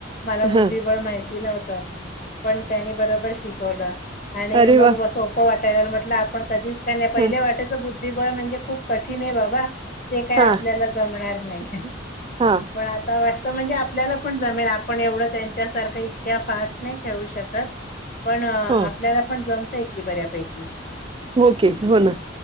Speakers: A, on the left; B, on the right.
A: मला बुद्धिबळ
B: हा
A: माहिती नव्हतं पण त्याने बरोबर शिक आणि
B: अरे
A: मग
B: वा
A: सोपं वाटाय म्हट आपण कधीच का नाही पहिले
B: हा
A: वाटा बुद्धिबळ म्हणजे खूप कठीण आहे बाबा ते काही
B: हा
A: आपल्याला जमणार नाही
B: हा
A: पण आता वाट म्हणजे आपल्याला पण जमेल आपण एवढं त्यांच्यासारखं इतक्या फास्ट नाही खेळू शकत पण आपल्याला
B: हो.
A: पण जमतय की बऱ्यापैकी
B: होके हो ना